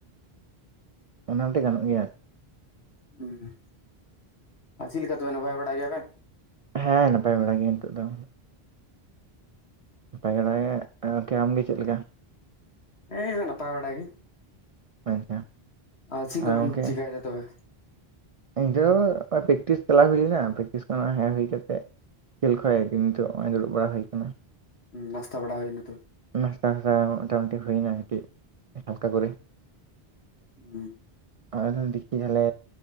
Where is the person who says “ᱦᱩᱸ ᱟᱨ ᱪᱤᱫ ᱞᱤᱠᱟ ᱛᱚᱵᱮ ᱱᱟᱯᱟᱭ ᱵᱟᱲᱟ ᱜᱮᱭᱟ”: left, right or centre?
Left